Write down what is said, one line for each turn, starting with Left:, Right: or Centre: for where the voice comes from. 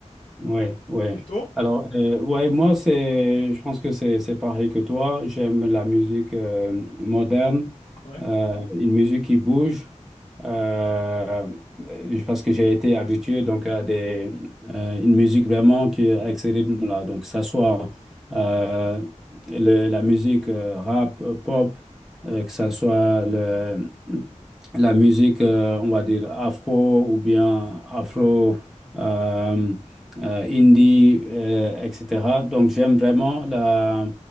Centre: Ouais, ouais.
Left: Du tout?
Centre: Alors, euh, ouais, moi, c'est, je pense que c'est, c'est pareil que toi. J'aime la musique euh, moderne,
Left: Ouais.
Centre: euh, une musique qui bouge, euh, parce que j'ai été habitué donc à des, euh, une musique vraiment qui avec ce rythme-là. Donc, que ça soit euh, le- la musique euh, rap, euh, pop, euh, que ça soit le la musique, euh, on va dire afro ou bien afro, euh, euh, indie, euh, etc. Donc j'aime vraiment la,